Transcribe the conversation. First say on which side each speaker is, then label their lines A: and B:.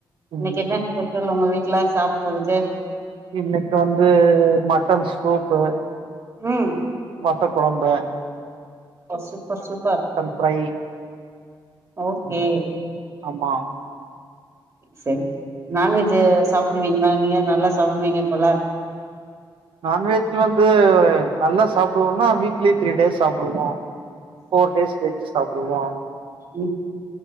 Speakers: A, on the right (about 35°); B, on the right (about 80°).
A: இன்னைக்கு
B: ம்
A: என்ன ஸ்பஷல் உங்க வீட்டு ல சாப்டுறது
B: இன்னைக்கு வந்து மட்டன் ஸ்டூப்பு
A: உம்
B: வத்த குழம்ப
A: சூப்பர் சூப்பர்
B: ஃப்ரை
A: ஓகே
B: ம், ஆமா
A: சரி நான்வெஜ் சாப்பிடுவீங்களங்களா நீங்க நல்லா சாப்பிடுவீங்க போல
B: நான்வெஜ் வந்து நல்லா சாப்பிடுவோம்ன்னா வீக்லி த்ரீ டேஸ் சாப்பிடுவோம் போர் டேஸ் வச்சு சாப்பிடுவோம்
A: உம்